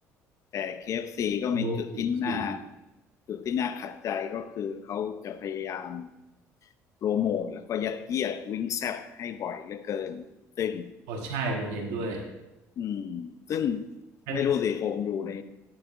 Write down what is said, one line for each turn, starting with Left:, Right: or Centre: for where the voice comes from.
Left: แต่ KFC ก็มีจุดที่น่า
Right: โอ้เคฟซี
Left: จุดที่น่าขัดใจก็คือเขาจะพยายามโปรโมทแล้วก็ยัดเยียดวิงแซบให้บ่อยเหลือเกินซึ่ง
Right: อ๋อใช่ผมเห็นด้วย
Left: อืมซึ่ง
Right: นะ
Left: ไม่รู้สิผมอยู่ใน